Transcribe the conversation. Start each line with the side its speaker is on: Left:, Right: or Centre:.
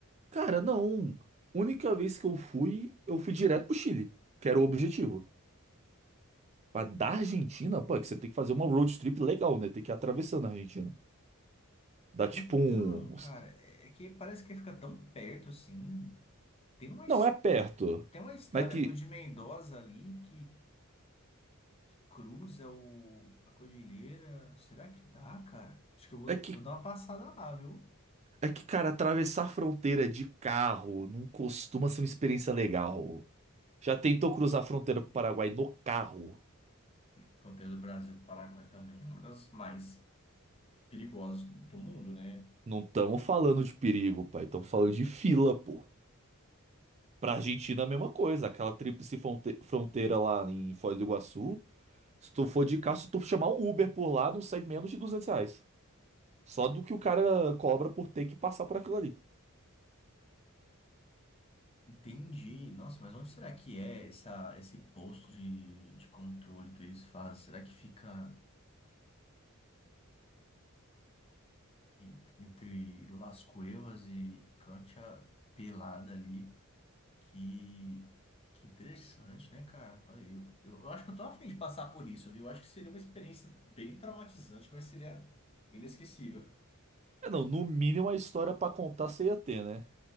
Right: cara, não. Única vez que eu fui, eu fui direto pro Chile, que era o objetivo. Mas da Argentina, pô, é que você tem que fazer uma road trip legal, né? Tem que ir atravessando a Argentina. Dá tipo
Left: Então,
Right: uns.
Left: cara, é é que parece que fica tão perto assim. Tem uma, es-
Right: Não, é perto.
Left: tem uma estrada
Right: Mas é que,
Left: depois de Mendoza ali que cruza o, a cordilheira. Será que dá, cara? Acho que eu vou,
Right: é que,
Left: vou dar uma passada lá, viu?
Right: é que, cara, atravessar a fronteira de carro não costuma ser uma experiência legal. Já tentou cruzar a fronteira pro Paraguai no carro?
Left: Fronteira do Brasil com o Paraguai também é uma das mais perigosas do mundo, né?
Right: Não estamos falando de perigo, pai. Estamos falando de fila, pô. Pra Argentina, é a mesma coisa. Aquela tríplice fronte- fronteira lá em Foz do Iguaçu. Se tu for de carro, se tu chamar um Uber por lá, não sai menos de 200 reais. Só do que o cara cobra por ter que passar por aquilo ali.
Left: Entendi. Nossa, mas onde será que é essa, esse posto de, de controle que eles fazem? Será que fica en- entre Las Cuevas e, e Cantia Pelada ali? Que, que interessante, né, cara? Olha, Eu, eu, eu acho que eu tô a de passar por isso, viu? Eu acho que seria uma experiência bem traumatizante, mas seria inesquecível.
Right: É, não, no mínimo a história pra contar você ia ter, né?